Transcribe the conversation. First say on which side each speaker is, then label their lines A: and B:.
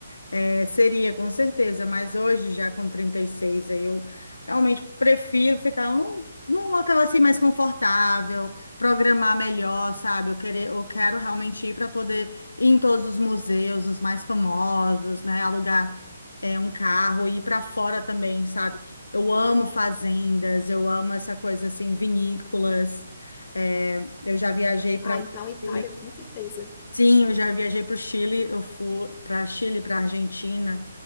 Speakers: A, on the left; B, on the left.
A: é, seria, com certeza. Mas hoje, já com 36 aí eu realmente prefiro ficar num, num local assim mais confortável, programar melhor, sabe? Eu, querer, eu quero realmente ir para poder ir em todos os museus, os mais famosos, né? Alugar, é, um carro e ir para fora também, sabe? Eu amo fazendas, eu amo essa coisa assim, vinícolas. É, eu já viajei para
B: Ah,
A: o
B: então Itália,
A: Chile.
B: com certeza.
A: Sim, eu já viajei para o Chile, eu fui para Chile, para Argentina